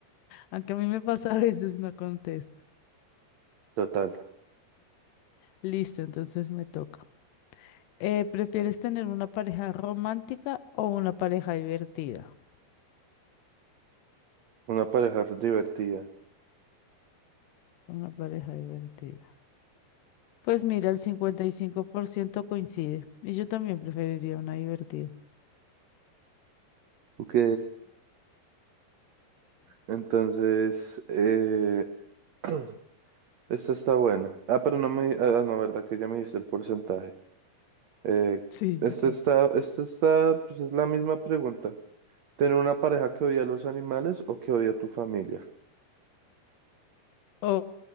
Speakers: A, on the left; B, on the right.
A: Aunque a mí me pasa a veces no contesto.
B: Total.
A: Listo, entonces me toca. Eh, ¿prefieres tener una pareja romántica o una pareja divertida?
B: Una pareja divertida.
A: Una pareja divertida. Pues mira, el 55% coincide. Y yo también preferiría una divertida.
B: Ok. Entonces, eh, <clears throat> esta está buena. Ah, pero no me... Ah, no, verdad que ya me dice el porcentaje. Eh,
A: Sí,
B: esta
A: ya te...
B: está, esta está, pues es la misma pregunta. ¿Tener una pareja que odia a los animales o que odia a tu familia?
A: Oh,